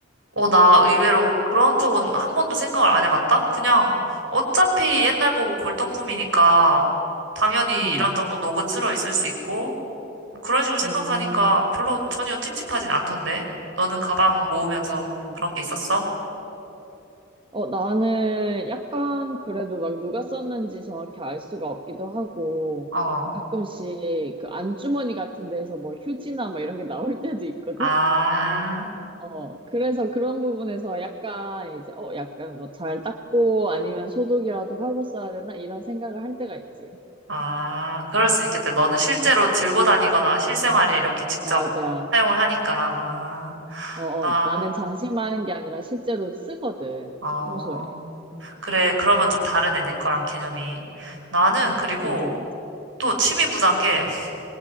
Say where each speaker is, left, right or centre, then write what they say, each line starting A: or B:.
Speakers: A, on the right; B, on the right.
A: 어, 나 의외로 그런 쪽은 한 번도 생각을 안 해봤다? 그냥 어차피 옛날 거고 골동품이니까 당연히
B: 응.
A: 이런 정도 녹은 슬어 있을 수 있고 뭐 그런 식으로 생각하니까
B: 음,
A: 별로 전혀 찝찝하진 않던데 너는 가방 모으면서
B: 어,
A: 그런 게 있었어?
B: 어, 나는 약간 그래도 막 누가 썼는지 정확히 알 수가 없기도 하고
A: 어.
B: 가끔씩 그 안주머니 같은 데서 뭐 휴지나 뭐 이런 게 나올 때도 있거든?
A: 아.
B: 어, 그래서 그런 부분에서 약간 이제 어, 약간 뭐 잘 닦고 아니면 소독이라도 하고 써야 되나 이런 생각을 할 때가 있지.
A: 아, 그럴 수 있겠다. 너는 실제로
B: 음, 음.
A: 들고 다니거나 실생활에 이렇게 직접
B: 맞아.
A: 사용을 하니까. 아,
B: 어,
A: 나,
B: 어, 나는 장식만 하는 게 아니라 실제로 쓰거든,
A: 어,
B: 평소에. 음,
A: 그래. 그러면 좀 다르네, 내 거랑 개념이. 나는 그리고
B: 맞아, 맞아.
A: 또 취미 부자인 게,